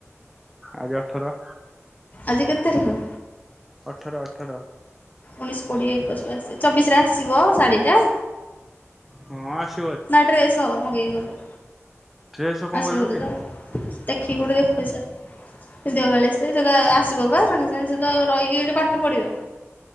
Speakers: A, in the centre; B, on the left.
A: ଆଉ ଅଠର।
B: ଆଜିି କେତେ ତାରିଖ?
A: ଅଠର ଅଠ ଅଠର
B: ଉଣେଇଶ କୋଡିଏ ଏକୋଇଶ ବାଇଶ ଚବିଶରେ ଆସିବ ଶାଢିଟା।
A: ହଁ ଆସି
B: ନା ଡ୍ରେସ ହବ? ମଗେଇବି ଗୋଟେ।
A: ଡ୍ରେସ କଣ
B: ଆସିବ
A: କରିବ
B: ଗୋଟେ
A: କି?
B: ତ ଦେଖିକି ଗୋଟେ ଦେଖୁଚି ସାର୍ ବିନ୍ଧିବ କାଳେ ସେ ସେଟା ଆସିବ ବା ସାଙ୍ଗେ ସାଙ୍ଗେ ସେତ ରହିକି ଏଇଠି ପାଠ ପଢିବ।